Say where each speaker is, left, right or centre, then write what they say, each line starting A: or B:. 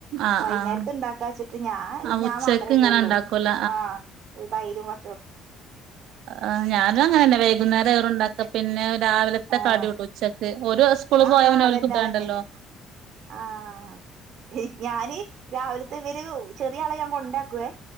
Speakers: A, on the right; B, on the right.
A: ആഹ്
B: വൈുന്നേരത്ത്ണ്ടാക്കാച്ചിട്ട്
A: ആഹ്
B: ഞാ
A: ആഹ്
B: ഞാ
A: ഉച്ചക്ക്
B: മാത്രല്ലേള്ളൂ
A: ഇങ്ങനെ ഇണ്ടാക്കൂല
B: ആഹ് ഒര്തൈരും വ
A: ആഹ് ഞാനും അങ്ങനെന്നെ വൈകുന്നേരം ഇർ ണ്ടക പിന്നെ രാവിലത്തെ
B: ആഹ്
A: കടി വിട്ട് ഉച്ചക്ക് ഒരു സ്കൂള്
B: ആഹ്
A: പോയവനെ
B: അതന്നെ
A: ഓല്ക് ഫുഡ്
B: അതന്നെ
A: ണ്ടല്ലോ
B: ആഹ് ഞാന് രാവിലത്തെ ഇവര് ചെറിയ ആള ഞാൻ കൊ ണ്ടാക്കുവേ